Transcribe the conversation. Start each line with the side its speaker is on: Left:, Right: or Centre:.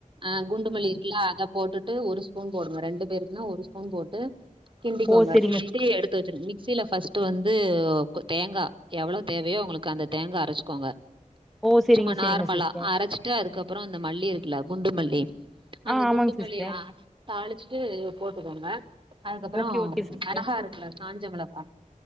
Right: ஆ குண்டு மல்லி இருக்குலா அத போட்டுட்டு ஒரு ஸ்பூன் போடுங்க ரெண்டு பேருக்குன ஒரு ஸ்பூன் போட்டு கிண்டிட்டுக்கோங்க
Centre: ஓ செரிங்க
Right: கிண்டிட்டு எடுத்து வச்சிருங்மிக்சில ஃபர்ஸ்ட் வந்து தேங்கா எவ்ளோ தேவையோ உங்களுக்கு அந்த தேங்கா அரச்சுக்கோங்க
Centre: ஓ செரிங்க
Right: சும்மா நார்மலா
Centre: செரிங்க சிஸ்டர்
Right: அரச்சிட்டு அதுக்கப்றோ அந்த மல்லி இருக்குல குண்டு மல்லி அந்த
Centre: ஆ ஆமாங்க
Right: குண்டுமலியா
Centre: சிஸ்டர்
Right: தாளிச்சுட்டு போட்டுக்கோங்க அதுக்கப்றோ
Centre: ஓகே ஓகே சிஸ்டர்
Right: மெளகா இருக்குல காஞ்ச மெளகா